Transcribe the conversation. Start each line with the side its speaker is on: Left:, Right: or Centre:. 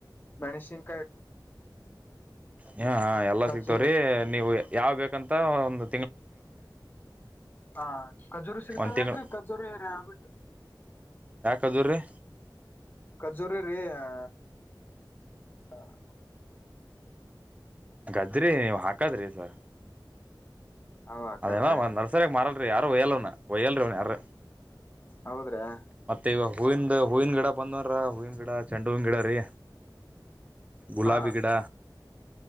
Left: ಮೆಣಸಿನ್
Right: ಹ ಹ ಎಲ್ಲಾ
Left: ಖಜೂರಿ
Right: ಸಿಗ್ತವ್ರಿ ನೀವು ಯಾವ್ ಬೇಕಂತ ಒಂದು
Left: ಹಾ ಖಜೂರು ಸಿಗ್ತಾವೇನ್ರಿ
Right: ಒಂದ್ ತಿಂಗಳ
Left: ಖಜೂರಿ ರ್ಯಾಬಿಟ್.
Right: ಯಾ ಖಜೂರರಿ.
Left: ಖಜೂರಿ ರೀ. ಹಾ. <inaudible>
Right: ಗದ್ರಿ ನೀವು ಹಾಕದ್ರಿ ಸರ್.
Left: ಅವ ಹಾಕಲ್ರಿ
Right: ಅದೇನ ಒನ ನರ್ಸರಿಗ್ ಮಾರಲ. ಯಾರು ಒಯಲ್ ಅವ್ನ. ಒಯ್ಯಲ್ರಿ ಅವನ ಯಾರ
Left: ಹೌದ್ರಾ
Right: ಮತ್ತ ಈಗ ಹೂವಿಂದ ಹೂವಿನ ಗಿಡ ಬಂದವನ್ರ ಹೂವಿನ ಗಿಡ ಚಂಡ. ಹೂವಿಂಗಿಡರಿ. ಗುಲಾಬಿ
Left: ಹಾ
Right: ಗಿಡ.